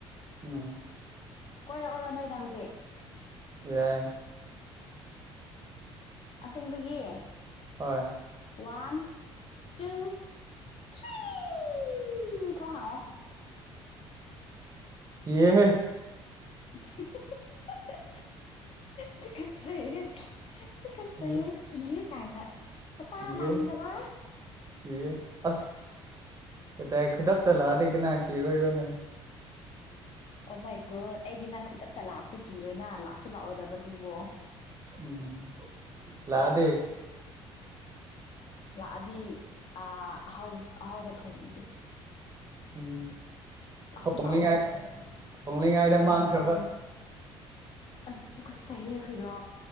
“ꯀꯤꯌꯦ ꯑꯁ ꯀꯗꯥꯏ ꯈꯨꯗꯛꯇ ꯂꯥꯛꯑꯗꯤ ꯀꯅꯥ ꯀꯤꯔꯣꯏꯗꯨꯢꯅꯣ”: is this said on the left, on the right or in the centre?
Right